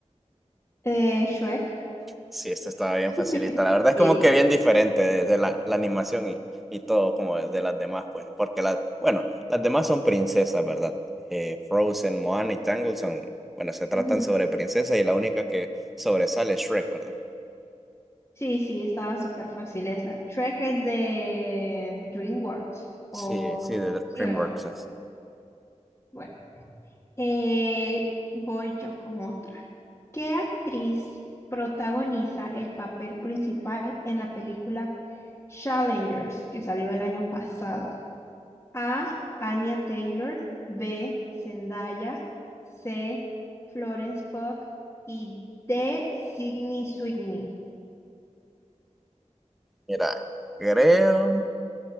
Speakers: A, on the left; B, in the centre.
A: Eh, Shrek.
B: Sí, esta estaba bien
A: <laughs>
B: facilita. La verdad es
A: Sí.
B: como que bien diferente de, de la, la animación y, y todo como de, de las demás, pues. Porque las, bueno, las demás son princesas, ¿verdad? Eh, Frozen, Moana y Tangled son, bueno, se tratan
A: Ujú.
B: sobre princesas y la única que sobresale es Shrek, ¿verdad?
A: Sí, sí, estaba súper fácil esa. Shrek es de DreamWorks. O...
B: Sí, sí, de
A: Sí,
B: DreamWorks,
A: ¿verdad?
B: así.
A: Bueno. Eh, voy yo con otra. ¿Qué actriz protagoniza el papel principal en la película Challengers que salió el año pasado? A. Anya Taylor. B. Zendaya. C. Florence Pugh. Y D. Sydney Sweeney.
B: Mira, creo.